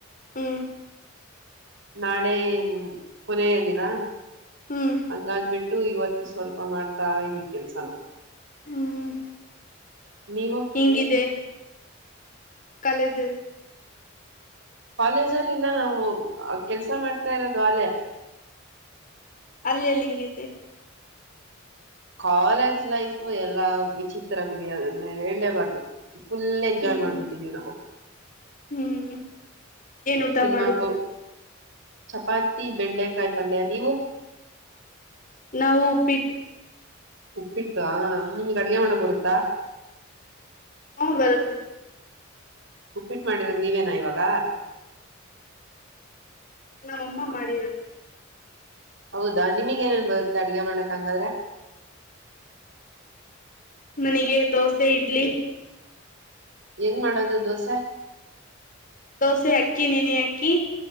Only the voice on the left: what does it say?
ಹ್ಮ್
ಹ್ಮ್
ಹ್ಮ್
ಹಿಂಗಿದೆ ಕಾಲೇಜಲ್
ಅಲ್ಲಲ್ಲಿ ಹಿಂಗಿದೆ
ಹ್ಮ್
ಹ್ಮ್ ಏನ್ ಊಟ
ಮಾಡುದು
ನಾವು ಉಪ್ಪಿಟ್ಟ
ಹ್ಮ್ ಬರುತ್ತೆ
ನಾವ್ ಅಮ್ಮ ಮಾಡಿರೋದು
ನನಗೆ ದೋಸೆ ಇಡ್ಲಿ
ದೋಸೆ ಅಕ್ಕಿ ನೀನೀ ಹಾಕ್ಕಿ